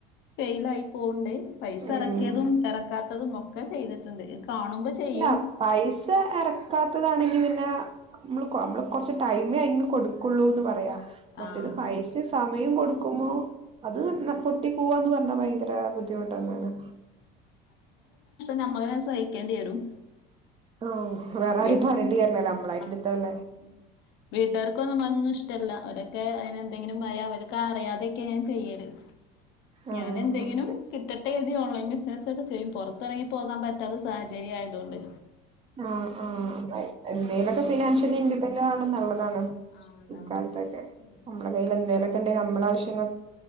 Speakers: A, on the left; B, on the right.
A: ഫെയിൽ ആയി പോവ്ണ്ട് പൈസ എറക്കിയതും
B: ഉം
A: എറക്കാ ത്തതും ഒക്കെ ചെയ്തിട്ടുണ്ട് <unintelligible> ചെയ്യും
B: അല്ല പൈസ എറക്കാത്തതാണ് പിന്നെ നമ്മൾ നമ്മൾ കൊറച്ച് ടൈമേ അയിന് കൊടുക്കുള്ളൂന്ന് പറയാ മറ്റേത്
A: ആ
B: പൈസിം
A: ആ
B: സമയും കൊടുക്കു ക്കുമ്പോ അത്
A: ആ അതാണ്
B: പൊട്ടി പോവാന്ന് പറഞ്ഞാ ഭയങ്കര ബുദ്ധിമുട്ടന്നാണ്
A: ആ നമ്മളെന്നെ സഹിക്കേണ്ടി വരും
B: ആഹ് വേറെ ആരും
A: വെ
B: പറഞ്ഞിട്ട് കര്യല്ലല്ലേ നമ്മളായിട്ട്
A: ആ
B: ഇട്ത്തല്ലേ
A: ഉം വീട്ടുകാർക്കൊന്നും അതൊന്നും ഇഷ്ടല്ല അവരൊക്കെ അയ്ന് എന്തെങ്കിലും മയാ അവരൊക്കെ അറിയാതെയൊക്കെ ഞാൻ ചെയ്യല്
B: ആഹ്
A: ഞാൻ എന്തെങ്കിലും
B: ആഹ് ശരി
A: കിട്ടട്ടെ ഓൺലൈൻ ബിസിനക്കെ ചെയ്യും പുറത്തിറങ്ങി പോകാൻ പറ്റാത്ത സാഹചര്യ ആയതോണ്ടെ
B: ആഹ് ആഹ് ബൈ എന്തെങ്കിലോക്കെ ഫിനാൻഷ്യൽ ഇൻഡിപെൻഡൻസ് ആണോള്ളത് ആണ്
A: ആ അതാണ്
B: ഇക്കാലത്തൊക്കെ
A: ഉം ഉം
B: നമ്മളെ കയ്യിൽ എന്തേലൊക്കെ ടെ നമ്മളെ ആവശ്യങ്ങൾ